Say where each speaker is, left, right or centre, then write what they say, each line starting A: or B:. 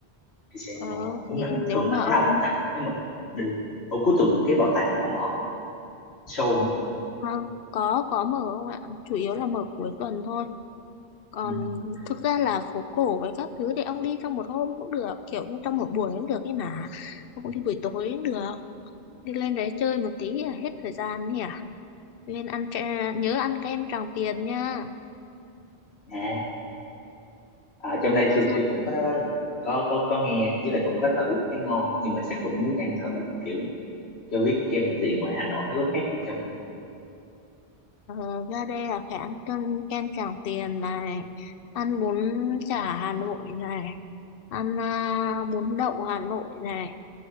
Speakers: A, on the left (about 80°); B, on the left (about 65°).
A: đi xem
B: Ờ,
A: ờ,
B: thì
A: cũng là
B: nếu
A: thường
B: mà
A: nó có
B: ông
A: đông không ta nếu mà cũng đi ủa cuối tuần cái bảo tàng nó có mở không nhỉ show nữa
B: à, có có mở không ạ? Chủ yếu là mở cuối tuần thôi. Còn
A: ừ. ok.
B: thực ra là phố cổ với các thứ thì ông đi trong một hôm cũng được, kiểu như trong một buổi cũng được ấy mà. Ông cũng đi buổi tối cũng được. Đi lên đấy chơi một tí là hết thời gian nhỉ? Lên ăn tre- nhớ ăn kem Tràng Tiền nha.
A: à à trong đây
B: Đi
A: tôi
B: ra,
A: tôi cũng có có có có nghe với lại cũng có thử thấy ngon nhưng mà chắc cũng muốn ăn thử kiểu cho biết cái kem nhà tiền ngoài Hà Nội nó có khác gì trong này
B: ờ, ra đây là phải ăn cơm kem Tràng Tiền này, ăn bún chả Hà Nội này, ăn à, bún đậu Hà Nội này,